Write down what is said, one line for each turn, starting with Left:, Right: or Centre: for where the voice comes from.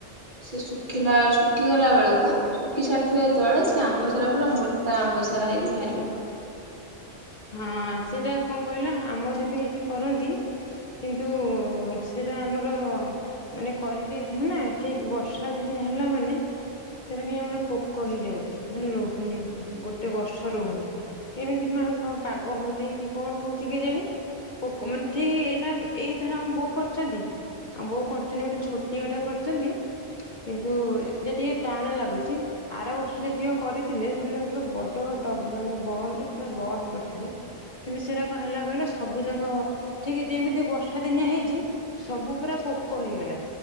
Right: ସେ ଶୁଖିଲା ଶୁଖିଗଲା ବେଳକୁ ଶୁଖି ସାରିଥିବ ଯେତେବେଳେ ସେ ଆମ୍ବ ସରା ପୁରା ମୋ ଟା ଆମ୍ବ ସରା ହେଇକି ବାହାରିବ।
Left: ହଁ ସେଇଟା କଣ କହିଲ ଆମର ବି ଏଠି କରନ୍ତି। କିନ୍ତୁ ସେଇଟା ଆମର ମାନେ କରିଦେଇଥିମୁନା ଠିକ୍ ବ ବର୍ଷା ଦିନିଆ ହେଲା ମାନେ ସେଟା କାଇ ଆମର ପୋକ ହେଇଯାଉଛି ମାନେ ରହୁ ହୁନି ଗୋଟେ ବର୍ଷ ରହୁନି କେମିତି ମା କ ପାଗ ହଉନି କି କଣ ହଉଛି କେଜାଣି? ପୋକ ମାନେ ଠି ଏଇନା ଏଇଥର ଆମ ବୋଉ କରିଚନ୍ତି। ଆମ ବୋଉ କରଥିନି ଗୋଟେ ଛୋଟିଆଟେ କରିଚନ୍ତି। କିନ୍ତୁ ଏ ଟିକେ ଟାଣ ଲାଗୁଚି। ଆର ବର୍ଷ ଯେତିକ କରିଥିଲେ <inaudible> ବଡ ଡ ମାନେ ବମରେ ପୁରା ବମ୍ କ ଥିଲେ କିନ୍ତୁ ସେରାକ ହେଲା କହିଲ ସବୁ ଯାକ ଠିକ୍ ଯେମିତି ବର୍ଷା ଦିନିଆ ହେଇଛି। ସବୁ ପୁରା ପୋକ ହେଇଗଲା।